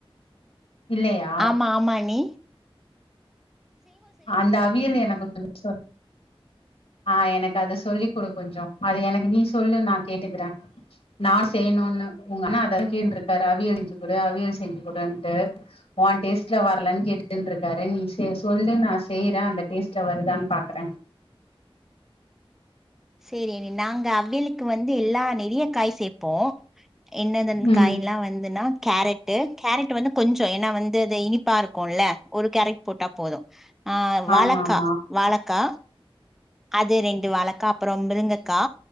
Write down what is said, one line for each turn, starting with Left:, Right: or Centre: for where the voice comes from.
Left: இல்லையா
Centre: ஆமா ஆமா நீ
Left: அந்த அவியல் எனக்கு கொஞ்ச சொல் ஆ எனக்கு அத சொல்லி் கொடு கொஞ்ச அது எனக்கு நீ சொல்லு நா கேட்டுக்குற நா செய்யணுனு உங்கன்னா அதக் கேட்ருக்காரு அவியல் செஞ்சு கொடு அவியல் செஞ்சு கொடுன்ட்டு உ டேஸ்ட்ல வரலன் கேட்டுண்ட்டு இருக்காரு நீ நீ சொல்லு நா செய்ற அந்த டேஸ்ட்டுல வருதுதானு பாக்குற
Centre: சரி அண்ணி நாங்க அவியலுக்கு வந்து எல்லா நெறய காய் சேப்போ என்னதன்
Left: ம்
Centre: காய்ல்லா வந்துன்னா கேரட்டு கேரட் வந்து கொஞ்ச ஏன்னா வந் து இனிப்பா இருக்குல ஒரு கேரட் போட்டா போது அ வாழக்கா
Left: ஆமா ஆமா
Centre: வாழைக்கா அது ரெண்டு வாழைக்கா அப்பற மிருங்கக்கா